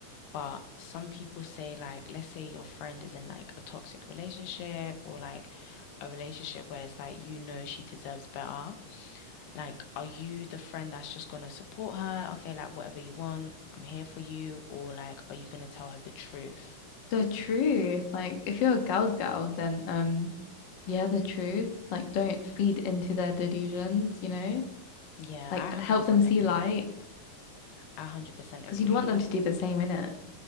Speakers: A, on the left; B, on the left.
A: but some people say like let's say your friend is in like a toxic relationship or like a relationship where it's like you know she deserves better. Like are you the friend that's just gonna support her? Okay, like whatever you want, I'm here for you, or like are you gonna tell her the truth?
B: The truth, like if you're a girl's girl, then um, yeah, the truth. Like don't feed into their delusions, you know.
A: Yeah,
B: Like
A: I 100%
B: help them see
A: agree.
B: light,
A: I 100%
B: because
A: agree.
B: you'd want them to do the same in it.